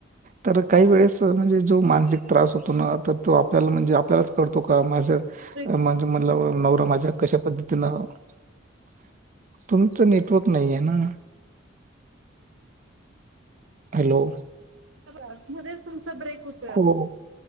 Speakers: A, on the right (about 40°); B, on the right (about 85°).
A: तर काही वेळेस म्हणजे जो मानसिक त्रास होतो ना तर तो आपल्याला म्हणजे आपल्यालाच कडतो का माझर
B: ब्रेक
A: म्हणजे
B: होतोय
A: म्हणला ब नवरा माझ्या कशा पद्धतीन <inaudible> तुमचं नेटवर्क नाही आहे ना. हॅलो!
B: <unintelligible> मध्येच तुमचा ब्रेक होत.
A: हो,